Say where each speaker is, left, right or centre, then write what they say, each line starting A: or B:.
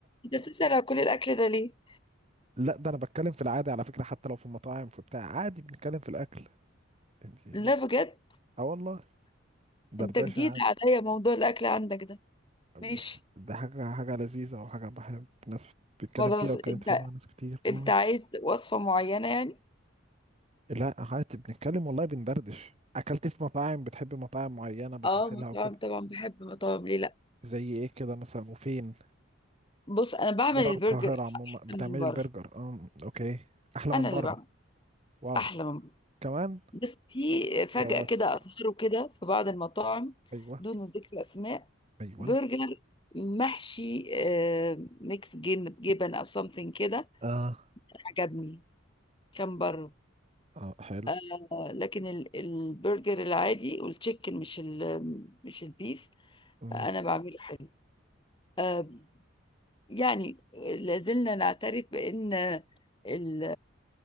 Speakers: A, on the left; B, on the right.
A: انت بتسأل على كل الاكل ده ليه
B: لا ده انا بتكلم في العادي على فكرة حتى لو في المطاعم في بتاع عادي بنتكلم في الاكل انتي
A: لا بجد
B: اه والله دردشة
A: انت جديد
B: عادي
A: عليا موضوع الاكل عندك ده
B: بس
A: ماشي
B: ده حاجة حاجة لذيذة وحاجة بحب ناس بتتكلم
A: خلاص
B: فيها واتكلمت
A: انت
B: فيها مع ناس كتير مم.
A: انت عايز وصفة معينة يعني
B: لا عادي بنتكلم والله بندردش اكلت في مطاعم بتحب مطاعم معينة بتروح
A: اه
B: لها
A: مطاعم
B: وكده
A: طبعا بحب مطاعم ليه لا
B: زي ايه كده مثلا وفين
A: بص انا بعمل
B: بره
A: البرجر
B: القاهرة عموما
A: احلى
B: بتعملي
A: من بره
B: البرجر اه اوكي احلى من
A: انا
B: بره
A: اللي بعمل
B: واو
A: احلى من بره
B: كمان
A: بس في فجأة
B: يا واثق
A: كده اظهروا كده في بعض المطاعم
B: ايوه
A: دون ذكر اسماء
B: ايوه
A: برجر محشي آه، ميكس جن- جبن او سمثينج كده
B: اه
A: عجبني كان بره
B: اه حلو
A: آه لكن ال- البرجر العادي والتشيكن مش ال مش البيف
B: امم
A: انا بعمله حلو آه يعني لازلنا نعترف بان ال